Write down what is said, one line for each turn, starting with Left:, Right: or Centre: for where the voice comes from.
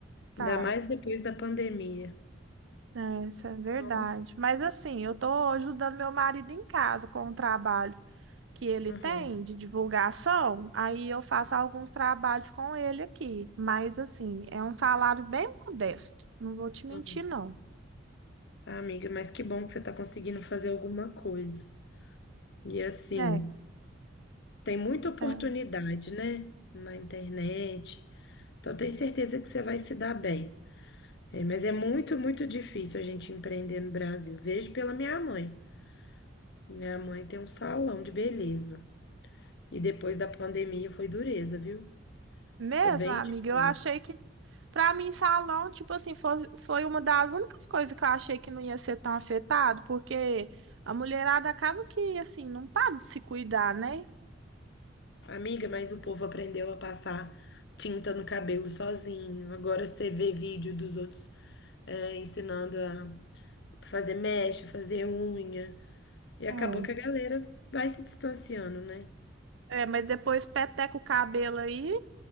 Right: Tá,
Left: Ainda mais depois da pandemia.
Right: é, isso é verdade.
Left: Nossa.
Right: Mas assim, eu tô ajudando meu marido em casa com o trabalho que ele
Left: Aham.
Right: tem de divulgação, aí eu faço alguns trabalhos com ele aqui. Mas assim, é um salário bem modesto, não vou te mentir,
Left: aham.
Right: não.
Left: Ah, amiga, mas que bom que você tá conseguindo fazer alguma coisa. E assim,
Right: É,
Left: tem muita oportunidade,
Right: é.
Left: né? Na internet. Então, tenho certeza que você vai se dar bem. É, mas é muito, muito difícil a gente empreender no Brasil. Vejo pela minha mãe. Minha mãe tem um salão de beleza. E depois da pandemia foi dureza, viu?
Right: Mesmo,
Left: Ficou bem
Right: amiga,
Left: difícil.
Right: eu achei que, pra mim, salão, tipo assim, foi, foi uma das únicas coisas que eu achei que não ia ser tão afetado, porque a mulherada acaba que, assim, não para de se cuidar, né?
Left: Amiga, mas o povo aprendeu a passar tinta no cabelo sozinho. Agora você vê vídeo dos outros é, ensinando a fazer mecha, fazer unha. E
Right: É.
Left: acabou que a galera vai se distanciando, né?
Right: É, mas depois peteca o cabelo aí